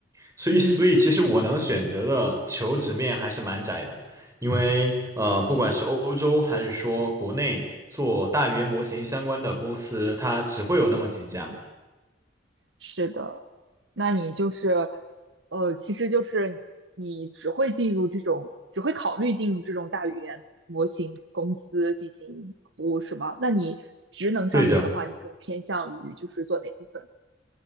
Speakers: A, on the right; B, on the right.
A: 所以，
B: 嗯
A: 所以其实我能选择的求职面还是蛮窄的，因为呃，不管是欧洲还是说国内做大语言模型相关的公司，它只会有那么几家。
B: 嗯，是的。那你就是，呃，其实就是你只会进入这种，只会考虑进入这种大语言模型公司进行服务，是吗？那你职能上面的话，
A: 对的。
B: 你更偏向于就是做哪部分？